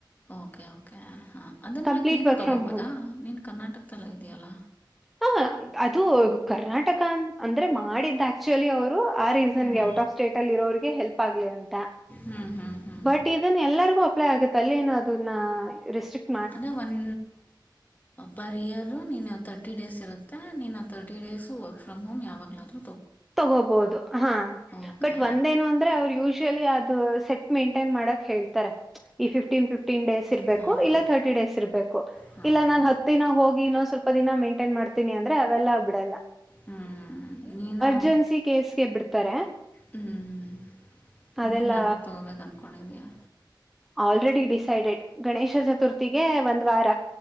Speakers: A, on the left; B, in the centre.
A: okay okay ಹಾಂ ಅದನ್ನು
B: ಕಂಪ್ಲೀಟ್
A: ಲೈಕ್ ನೀನು
B: ವರ್ಕ್
A: ತೊಗೋಬೋದಾ
B: ಫ್ರಮ್ ಹೋಮ್
A: ನೀನು ಕರ್ನಾಟಕದಲ್ಲ ಇದೀೆಯಲ್ಲ
B: ಹ ಅದು ಕರ್ನಾಟಕ ಅ ಅಂದ್ರೆ ಮಾಡಿದ್ದ ಆಕ್ಚುಲಿ ಅವರು ಆ ರೀಸನ್
A: ಹ್ಞೂ
B: ಗೆ ಔಟ್ ಆಫ್ ಸ್ಟೇಟ್ ಅಲ್ಲಿ ಇರೋರಿಗೆ ಹೆಲ್ಪ್ ಆಗ್ಲಿ ಅಂತ
A: ಹ್ಮ್ ಹಾ ಹಾ
B: ಟ್ ಇದನ್ನ ಎಲ್ಲರಿಗು ಅಪ್ಲೈ ಆಗುತ್ತೆ ಅಲ್ಲಿ ಏನುೋ ಅದನ್ನ ರೆಿಸ್ಟ್ರಿಕ್ಟ್
A: ಅದೇ ಒನ್ ಪರ್ ಇಯರ್ ನೀನ್ನ ತರ್ಟಿ ಡೇಸ್ ಇರುತ್ತೆ ನೀನ್ನ thirty days work from home ಯಾವಾಗ್ಲಾದ
B: ತಗೋಬಹುದು ಹಾ
A: ಓಕೆ
B: ಬಟ್ ಒಂದೇನು ಅಂದ್ರೆ ಅವರು ಯೂಶಲಿ ಅದು ಸೆಟ್ ಮೇಂಟೈನ್ ಮಾಡಕ್ ಹೇಳ್ತಾರೆ ಈ ಫಿಫ್ಟೀನ್ ಫಿಫ್ಟೀನ್ ಡೇಸ್ ಇರ್ಬೇಕು
A: ಹಾಂ ಹಾಂ
B: ಇಲ್ಲ ತರ್ಟಿ ಡೇಸ್ ಇರ್ಬೇಕು
A: ಹಾಂ
B: ಇಲ್ಲ ನಾನ್ ಹತ್ತು ಿನ ಹೋಗಿ ಸ್ವಲ್ಪ ದಿನ ಮೇಂಟೈನ್ ಮಾಡ್ತನಿ ಅಂದ್ರೆ ಅವೆಲ್ಲ ಬಿಡಲ್ಲ
A: ಹ್ಞೂ ನೀನು
B: ಅರ್ಜೆನ್ಸಿ ಕೇಸ್ಗೆ ಬಿಡ್ತಾರೆ
A: ಹ್ಞೂ ಹ
B: ಅದೆಲ್ಲ
A: ನೀನು ಯಾವಾಗ ತೊಗೋಬೇಕು ಅನ್ಕೊಂಡಿದ್ದೀಯಾ
B: ಆಲ್ರೆಡಿ ಡಿಸೈಡೆಡ್ ಗಣೇಶ ಚತುರ್ಥಿಗೆ ಒಂದ್ ವಾರ